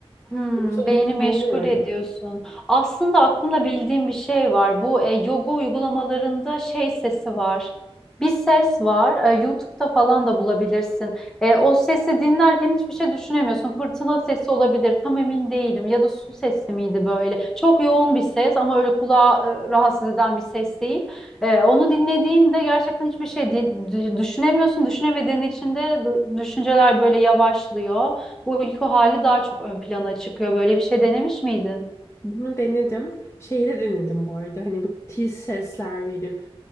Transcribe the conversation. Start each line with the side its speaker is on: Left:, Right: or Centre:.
Centre: Hmm,
Left: Yoksa
Centre: beyni
Left: uykum
Centre: meşgul
Left: oluyor ya.
Centre: ediyorsun. Aslında aklımda bildiğim bir şey var. Bu e, yoga uygulamalarında şey sesi var. Bir ses var. e, YouTube'da falan da bulabilirsin. E, o sesi dinlerken hiçbir şey düşünemiyorsun. Fırtına sesi olabilir. Tam emin değilim. Ya da su sesi miydi böyle? Çok yoğun bir ses ama öyle kulağı e, rahatsız eden bir ses değil. E, onu dinlediğinde gerçekten hiçbir şey di- di- düşünemiyorsun. Düşünemediğin için de du- düşünceler böyle yavaşlıyor bu uyku hali daha çok ön plana çıkıyor. Böyle bir şey denemiş miydin?
Left: Bunu denedim. Şeyi de denedim bu arada. Hani bu tiz sesler verip